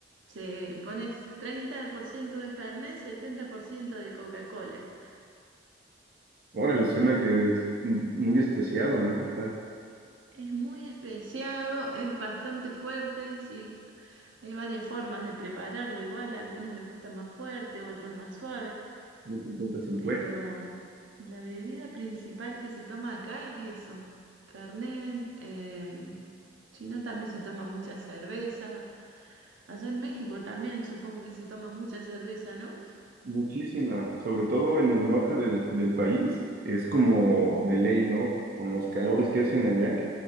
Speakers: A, on the right (about 85°); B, on the right (about 50°).
A: Se pones 30% de Fernet, 70% de Coca-Cola.
B: Órale, suena que es muy especiado, ¿no? Está
A: Es muy especiado, es bastante fuerte, sí. Hay varias formas de prepararlo igual, a algunos les gusta más fuerte, otros más suave.
B: muy 50-50.
A: Pero la bebida principal que se toma acá es eso, Fernet. em, si no, también se toma mucha cerveza. Allá en México también supongo que se toma mucha cerveza, ¿no?
B: Muchísima, sobre todo en el norte del, del país, es como de ley, ¿no? Con los calores que hacen allá,